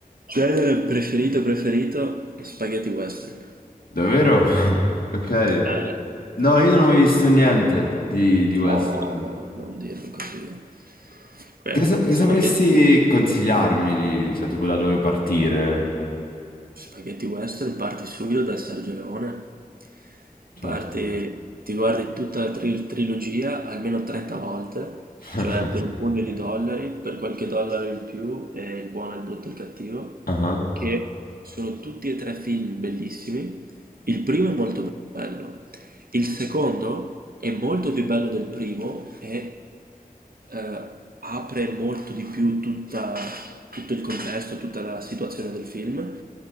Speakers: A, on the right (about 75°); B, on the left (about 75°).
A: Genere preferito preferito? Spaghetti western.
B: Davvero? <laughs> Ok.
A: Vabbè,
B: No,
A: vabbè.
B: io non ho mai visto niente di, di
A: No,
B: western.
A: non dirlo così. Beh,
B: Che, sa- che
A: gli spaghetti,
B: sapresti consigliarmi di, cioè, tipo da dove partire?
A: spaghetti western parti subito da Sergio Leone.
B: Certo.
A: Parti, ti guardi tutta la tri- trilogia almeno 30 volte,
B: <laughs>
A: cioè per un pugno di dollari, per qualche dollaro in più, e il buono, il brutto e il cattivo,
B: Ah,
A: che sono tutti e tre film bellissimi. Il primo è molto bello. Il secondo è molto più bello del primo e eh, apre molto di più tutta- tutto il contesto, tutta la situazione del film,